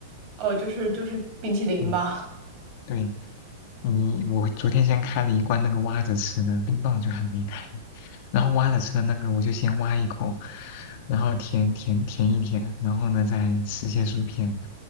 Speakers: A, on the right; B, on the left.
A: 哦，就是就是冰淇淋吧。
B: 嗯，对。你我昨天先开了一罐那个挖着吃的，冰棒就还没开。然后挖着吃的那个，我就先挖一口，然后舔舔舔一舔，然后呢再吃些薯片，